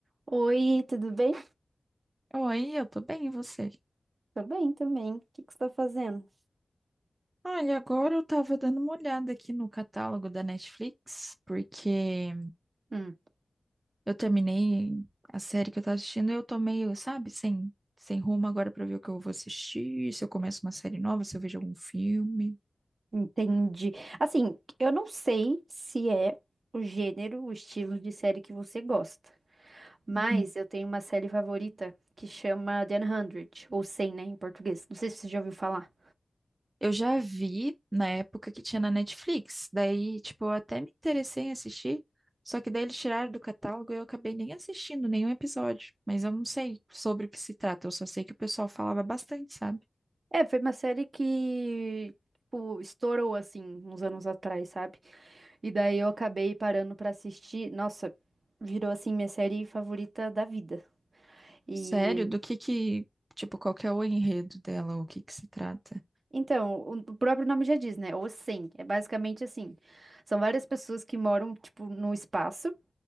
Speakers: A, on the right; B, on the right.
A: Oi, tudo bem?
B: Oi, eu tô bem, e você?
A: Tô bem também. O que que você tá fazendo?
B: Olha, agora eu tava dando uma olhada aqui no catálogo da Netflix, porque
A: Hum.
B: eu terminei a série que eu tava assistindo e eu tô meio, sabe, sem, sem rumo agora pra ver o que eu vou assistir, se eu começo uma série nova, se eu vejo algum filme.
A: Entendi. Assim, eu não sei se é o gênero, o estilo de série que você gosta, mas
B: Uhum.
A: eu tenho uma série favorita que chama The 100, ou Cem, né, em português. Não sei se você já ouviu falar.
B: Eu já vi na época que tinha na Netflix, daí, tipo, eu até me interessei em assistir, só que daí eles tiraram do catálogo e eu acabei nem assistindo nenhum episódio, mas eu não sei sobre o que se trata, eu só sei que o pessoal falava bastante, sabe?
A: É, foi uma série que, tipo, estourou, assim, uns anos atrás, sabe? E daí eu acabei parando pra assistir. Nossa, virou, assim, minha série favorita da vida. E
B: Sério? Do que que, tipo, qual que é o enredo dela? O que que se trata?
A: Então, o o próprio nome já diz, né? O 100. É basicamente assim. São várias pessoas que moram, tipo, no espaço.